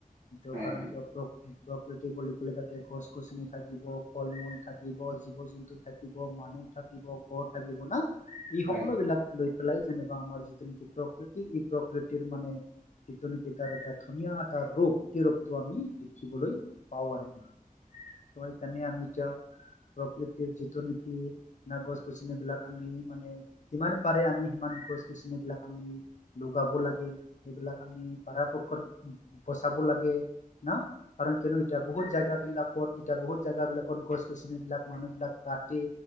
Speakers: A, on the left; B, on the right.
A: <unintelligible>
B: হয় হয় হয়
A: প্ৰকৃতি বুলি ক'লে থাকে গছ গছনি থাকিব, ফল মূল থাকিব, জীৱ জন্তু থাকিব মানুহ থাকিব ঘৰ থাকিব না এই
B: হয়
A: সকলো বিলাক লৈ পেলাই যেনিবা আমাৰ যিটো নিকি প্ৰকৃতি এই প্ৰকৃতিৰ মানে যিটো নিকি তাৰ এটা ধুনীয়া এটা ৰোপ সেই ৰোপটো আমি দেখিবলৈ পাওঁ আৰু কি হয় কাণে আমি এতিয়া প্ৰকৃতিৰ যিটো নিকি না গছ গছনিবিলাক আমি মানে যিমান পাৰে আমি সিমান গছ গছনিবিলাক আমি লগাব লাগে সেইবিলাক আমি পৰাপক্ষত বচাব লাগে ন কাৰণ কিয়ো ইতিয়া বহুত জাগা বিলাক ত এতিয়া বহুত জেগাবিলাকত গছ গছনিবিলাক মানুহ বিলাক কাটি